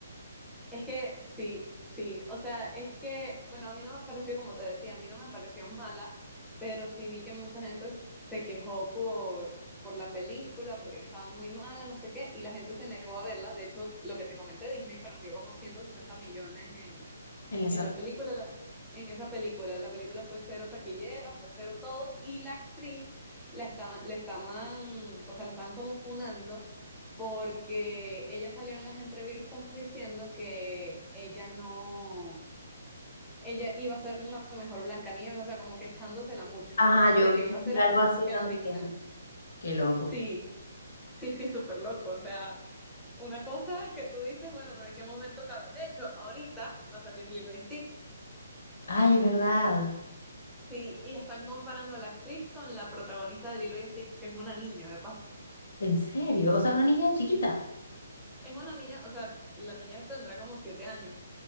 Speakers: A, in the centre; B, on the left (about 55°).
A: Es que sí, sí. O sea, es que, bueno, a mí no me pareció, como te decía, a mí no me pareció mala, pero sí vi que mucha gente se quejó por, por la película, porque estaba muy mala, no sé qué, y la gente se negó a verla. De hecho, lo que te comenté, Disney perdió como 160 millones en,
B: en esa.
A: En la película, la- en esa película, la película fue cero taquillera, fue cero todo, y la actriz la estaban, le estaban, o sea, la estaban como funando porque ella salió en las entrevistas diciendo que ella no, ella iba a ser la mejor Blancanieves, o sea, como que echándosela mucho,
B: Ajá, yo
A: de que
B: vi
A: iba a ser
B: algo
A: hasta mejor
B: así
A: que
B: también.
A: la original.
B: Qué loco.
A: Sí, sí, sí, súper loco, o sea, una cosa que tú dices, bueno, pero ¿en qué momento cabe? De hecho, ahorita va a salir Lilo y Stitch.
B: Ay, es verdad.
A: Sí, y están comparando a la actriz con la protagonista de Lilo y Stitch, que es una niña, de paso.
B: En serio. O sea, una niña chiquita.
A: Sí, Es una niña, o sea, la niña tendrá como siete años,